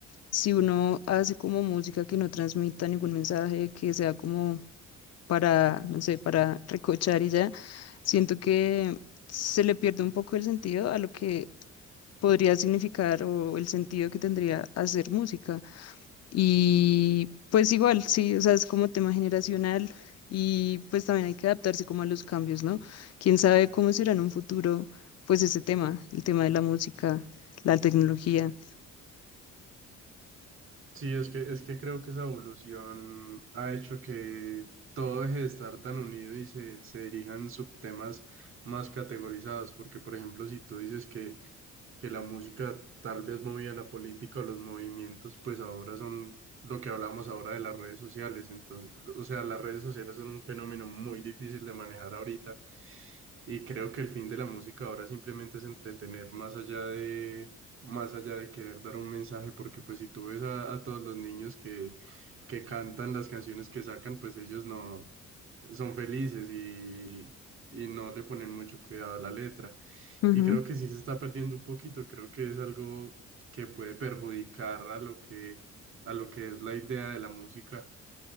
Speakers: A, on the left; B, on the right.
A: si uno hace como música que no transmita ningún mensaje, que sea como para, no sé, para recochar y ya, siento que se le pierde un poco el sentido a lo que podría significar o el sentido que tendría hacer música. Y pues igual, sí, o sea, es como tema generacional y pues también hay que adaptarse como a los cambios, ¿no? Quién sabe cómo será en un futuro, pues ese tema, el tema de la música, la tecnología.
B: Sí, es que, es que creo que esa evolución ha hecho que todo deje de estar tan unido y se, se dirijan subtemas más categorizados, porque por ejemplo, si tú dices que que la música tal vez movía la política o los movimientos, pues ahora son lo que hablamos ahora de las redes sociales. Entonces, o sea, las redes sociales son un fenómeno muy difícil de manejar ahorita y creo que el fin de la música ahora simplemente es entretener más allá de... más allá de querer dar un mensaje, porque pues si tú ves a, a todos los niños que, que cantan las canciones que sacan, pues ellos no son felices y, y no le ponen mucho cuidado a la letra.
A: Ujú.
B: Y creo que sí se está perdiendo un poquito, creo que es algo que puede perjudicar a lo que, a lo que es la idea de la música,